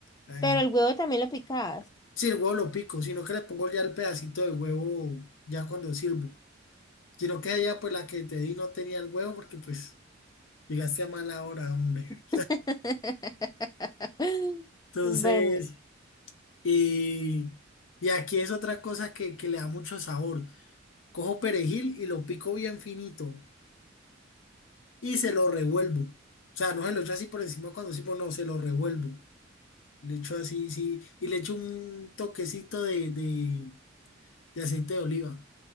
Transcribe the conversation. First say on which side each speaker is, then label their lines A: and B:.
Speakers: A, on the left; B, on the left.
A: Ay.
B: Pero el huevo también lo picabas.
A: Sí, el huevo lo pico, sino que le pongo ya el pedacito de huevo ya cuando sirvo. Sino que allá pues la que te di no tenía el huevo porque pues. Llegaste a mala hora, hombre.
B: <laughs>
A: Entonces,
B: Bueno,
A: y, y aquí es otra cosa que, que le da mucho sabor. Cojo perejil y lo pico bien finito y se lo revuelvo. O sea, no se lo echo así por encima cuando sí, pues no, se lo revuelvo. Le echo así, sí, y le echo un toquecito de, de, de aceite de oliva.